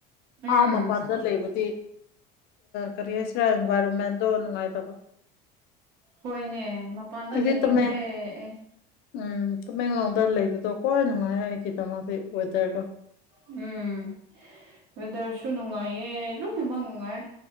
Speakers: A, on the right (about 85°); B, on the left (about 55°).
A: ꯎꯝ
B: ꯑꯥ ꯃꯄꯥꯟꯗ ꯂꯩꯕꯨꯗꯤ ꯀꯔꯤ ꯍꯥꯏꯁꯤꯔꯥ ꯏꯟꯚꯥꯏꯔꯣꯟꯃꯦꯟꯗꯣ ꯅꯨꯡꯉꯥꯏꯇꯕ
A: ꯍꯣꯏꯅꯦ ꯃꯄꯥꯟꯗ
B: ꯑꯩꯗꯤ
A: ꯂꯩꯅꯤꯡꯗ꯭ꯔꯦ
B: ꯇꯃꯦꯡ
A: ꯑꯩ
B: ꯎꯝ ꯇꯃꯦꯡꯂꯣꯡꯗ ꯂꯩꯕꯗꯣ ꯈ꯭ꯋꯥꯏ ꯅꯨꯡꯉꯥꯏ ꯑꯩꯒꯤꯗ ꯃꯥꯗꯤ ꯋꯦꯗꯔꯗꯣ
A: ꯎꯝ ꯗꯔꯁꯨ ꯅꯨꯡꯉꯥꯏꯌꯦ ꯑꯦ ꯂꯣꯏꯅꯃꯛ ꯅꯨꯡꯉꯥꯏ